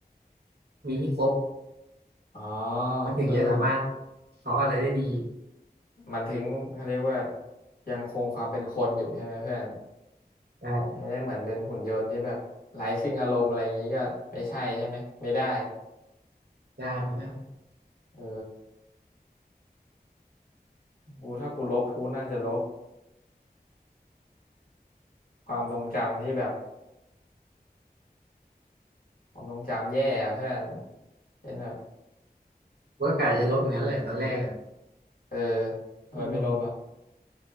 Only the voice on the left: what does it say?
อ๋อ
คือ
มันถึงเขาเรียกว่ายังคงความเป็นคนอยู่ใช่ไหมเพื่อน
ไม่ได้เหมือนเป็นหุ่นยนต์ที่แบบไร้ซึ่งอารมณ์อะไรอย่างนี้ก็ไม่ใช่ใช่ไหมไม่ได้
เออ กูถ้ากูลบกูน่าจะลบความทรงจำที่แบบความทรงจำแย่อะเพื่อนเช่นแบบ
เออทำไมไม่ลบอ่ะ